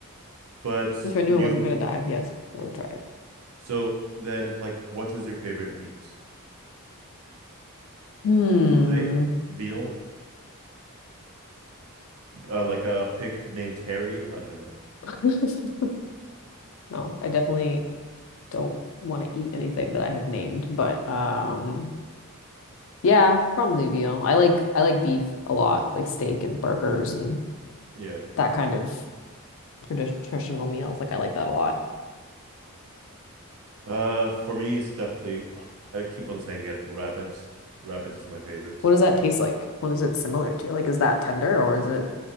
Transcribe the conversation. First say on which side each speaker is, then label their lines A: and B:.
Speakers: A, on the right (about 80°); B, on the left (about 60°).
A: But
B: If I knew
A: you,
B: I wasn't gonna die, yes, I would try it.
A: so then, like, what is your favorite meat?
B: Hmm.
A: Steak? Veal? Uh, like a pig named Harry? I don't know.
B: <laughs> No, I definitely don't want to eat anything that I have named, but um yeah, probably veal. I like I like beef a lot, like steak and burgers and
A: Yeah.
B: that kind of tradi- traditional meals. Like I like that a lot.
A: Uh, for me, it's definitely, <sighs> I keep on saying it, rabbit. Rabbit is my favorite.
B: What does that taste like? What is it similar to? Like is that tender or is it